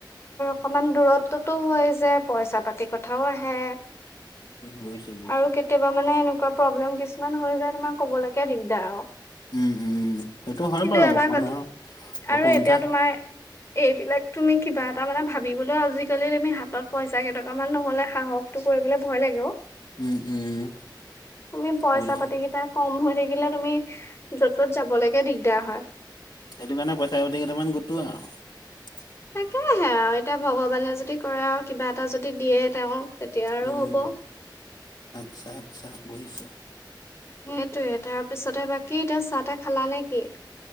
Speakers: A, on the left (about 35°); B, on the left (about 60°).
A: অকণমান দূৰত হয় যে পইচা পাতি কথাও আহে
B: বুজিছো বুজিছো।
A: আৰু কেতিয়াবা মানে প্ৰব্লেম কিছুমান হৈ যায় তোমাৰ কবলৈকে দিগদাৰ আৰু
B: উম, উম, সেইটো হয়
A: কিন্তু
B: বাৰু
A: এটা
B: মানুহৰ
A: কথা
B: অসুবিধা
A: আৰু এতিয়া তোমাৰ এইবিলাক তুমি কিবা এটা মানে ভাবিবলৈও আজিকালি তুমি হাতত পইচা কেইটককা মান নহ'লে সাহস হেতু কৰিব ভয় লাগে।
B: উম, উম।
A: তুমি পইচা
B: বুজিছো
A: পাতি কেইটা থাকিলে তুমি য'ত ত'ত যাবলৈকে দিগদাৰ হয়।
B: সেইটো কাৰণে পইচা কেইটামান গুটোৱা আৰু
A: তাকেহে আৰু এতিয়া ভগৱানে যদি কৰে আৰু কিবা এটা যদি দিয়ে তেওঁ তেতিয়া আৰু
B: উম।
A: হ'ব।
B: আচ্ছা আচ্ছা ভৱিষ্যত
A: সেইটোয়ে তাৰ পিছতে বাকী এতিয়া চাহ তাহ খালা নেকি?